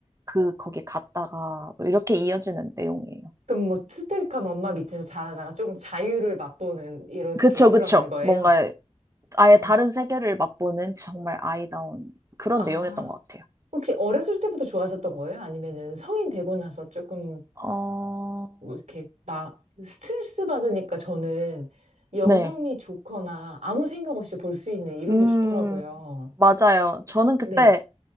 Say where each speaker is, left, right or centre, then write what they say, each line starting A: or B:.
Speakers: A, on the right; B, on the right.
A: 그 거기 갔다가 뭐 이렇게 이어지는 내용이에요.
B: 그럼 뭐 스트릭한 엄마 밑에서 자라다가 조금 자유를 맛보는 이렇게
A: 그쵸,
B: 흘러가는
A: 그쵸.
B: 거예요?
A: 뭔가 아예
B: 어.
A: 다른 세계를 맛보는 정말 아이다운 그런
B: 아,
A: 내용이었던 것 같아요.
B: 혹시 어렸을 때부터 좋아하셨던 거예요? 아니면은 성인 되고 나서 조금
A: 어,
B: 뭐 이렇게 막 스트레스 받으니까 저는 영상미
A: 네.
B: 좋거나 아무 생각 없이 볼 수 있는 이런
A: 음,
B: 게 좋더라고요.
A: 맞아요. 저는 그때
B: 네.